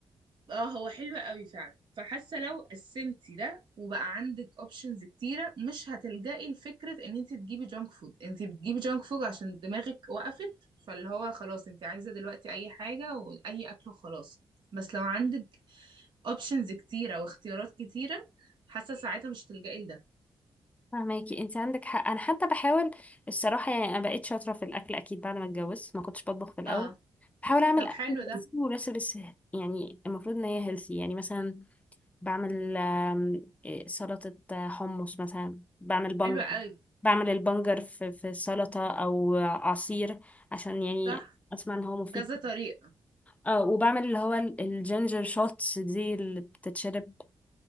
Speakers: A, on the right; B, on the left.
A: اه هو حلو قوي فعلا فحاسه لو قسمتي ده وبقى عندك اوبشنز كتيره مش هتلجئي لفكره ان انت تجيبي جانك فود انت بتجيبي جانك فود عشان دماغك وقفت فاللي هو خلاص انت عايزه دلوقتي اي حاجه واي اكل وخلاص بس لو عندك اوبشنز كتيره واختيارات كتيره حاسه ساعتها مش تلجئي لده
B: فهماكي انت عندك حق انا حتى بحاول الصراحه يعني انا بقيت شاطره في الاكل اكيد بعد ما اتجوزت ما كنتش بطبخ في الاول
A: اه
B: بحاول اعمل
A: طب
B: اكل
A: حلو
B: بس
A: ده
B: وريسبس يعني المفروض ان هي هيلثي يعني مثلا بعمل آم، إيه، سلطة آه، حمص مثلا بعمل بنجر
A: حلو قوي
B: بعمل البنجر في في سلطة أو عصير عشان يعني
A: صح
B: أسمع إن هو مفيد
A: كذا طريقه
B: اه وبعمل اللي هو ال- الجينجر شوتس دي اللي بتتشرب